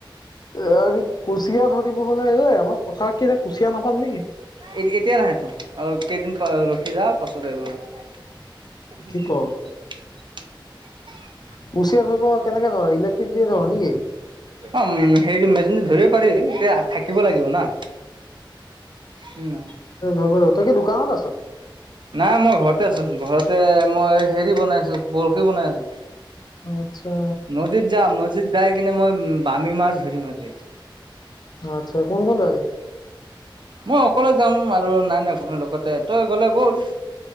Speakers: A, on the left (about 50°); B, on the right (about 65°).
A: এৰি কুচিয়া ধৰিব হ'লে, এই আমাৰ পথাৰত কি এতিয়া কুচিয়া নাপাম নেকি?
B: এ এতিয়া নাহেতো অলপ কেইদিন পা ৰখি যা পাছত আহিব। <unintelligible>
A: কি ক কুচিয়া ধৰিব কেনেকে ধৰ ইলেক্ট্ৰিক দিয়ে ধৰ নেকি?
B: অ হেৰি মেচিনটো ধৰিব পাৰি তেতিয়া থাকিব লাগিব না উম
A: অ তই কি দোকানত আছ?
B: নাই মই ঘৰতে আছো ঘৰতে মই হেৰি বনাই আছো বৰশী বনাই আছো।
A: আচ্চা।
B: নদীত যাম নদীত যাই কিনে মই বামী মাছ ধৰিম আজি।
A: আচ্ছা কোন কোন যাবি?
B: মই অকলে যাম আৰু নাই নাই কোনো লগতে তই গ'লে ব'ল।